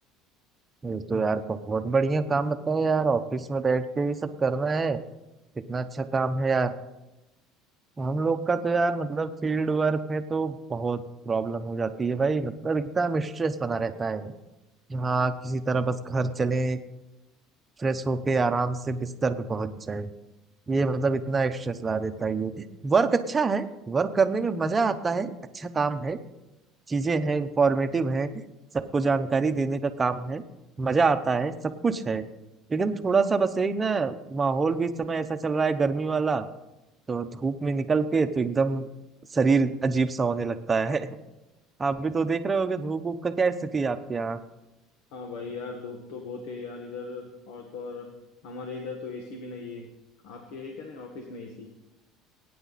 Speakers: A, on the right; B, on the left.
A: ये तो यार बहुत बढ़िया काम बताओ यार ऑफिस में बैठ के ये सब करना है कितना अच्छा काम है यार हम लोग का तो यार मतलब फील्ड वर्क है तो बहुत प्रॉब्लम हो जाती है भाई मतलब एकदम स्ट्रेस बना रहता है कि हाँ किसी तरह बस घर चले फ्रेश होके आराम से बिस्तर पे पहुंच जाए ये मतलब इतना एक्स्ट्रा ला देता है ये वर्क अच्छा है वर्क करने में मजा आता है अच्छा काम है चीजें हैं इंफॉर्मेटिव है सबको जानकारी देने का काम है मजा आता है सब कुछ है लेकिन थोड़ा सा बस यही ना माहौल भी इस समय ऐसा चल रहा है गर्मी वाला तो धूप में निकल के तो एकदम शरीर अजीब सा होने लगता है <laughs> आप भी तो देख रहे होगे धूप ऊप का क्या स्थिति है आपके यहाँ
B: हाँ भाई यार धूप तो बहुत है यार इधर और तो और हमारे इधर तो एसी भी नहीं है आपके है क्या नहीं ऑफिस में एसी